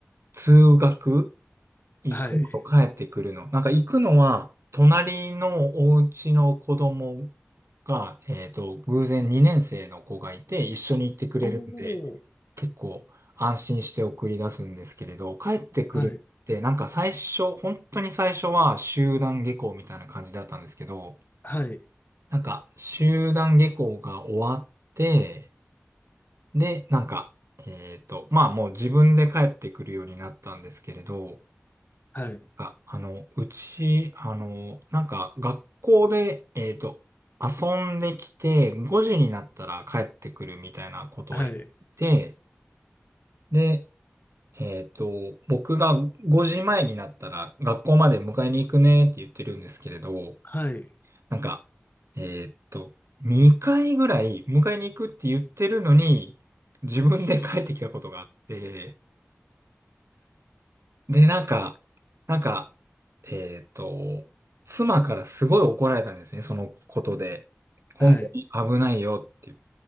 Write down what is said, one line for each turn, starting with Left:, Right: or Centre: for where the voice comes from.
Right: 通学、行くのと帰ってくるの。
Left: はい。
Right: なんか行くのは、隣のお家の子供が、えっと、偶然2年生の子がいて、一緒に行ってくれるんで、
Left: おー。
Right: 結構安心して送り出すんですけれど、帰ってくるって、
Left: はい。
Right: なんか最初、本当に最初は集団下校みたいな感じだったんですけど、
Left: はい。
Right: なんか集団下校が終わって、で、なんか、えっと、まあもう自分で帰ってくるようになったんですけれど、
Left: はい。
Right: あ、あの、うち、あの、なんか学校で、えっと、遊んできて、5時になったら帰ってくるみたいなことをやって、
Left: はい。
Right: で、えっと、僕が5時前になったら学校まで迎えに行くねって言ってるんですけれど、
Left: はい。
Right: なんか、えっと、2回ぐらい迎えに行くって言ってるのに、自分で帰ってきたことがあって、で、なんか、なんか、えっと、妻からすごい怒られたんですね、そのことで。本当に危ないよって
Left: はい。